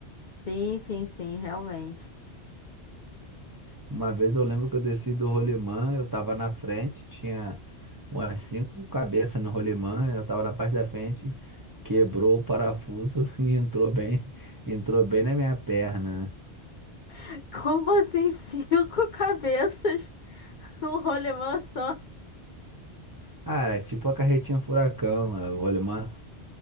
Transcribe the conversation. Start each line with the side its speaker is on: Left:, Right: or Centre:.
Left: Sim, sim, sim, realmente.
Right: Uma vez eu lembro que eu desci do rolimã, eu tava na frente, tinha umas cinco cabeças no rolimã, eu tava na parte da frente, quebrou o parafuso <laughs> e entrou bem, entrou bem na minha perna.
Left: <laughs> Como assim cinco <laughs> cabeças num rolemã só?
Right: Ah, era tipo a carretinha furacão, né? o rolimã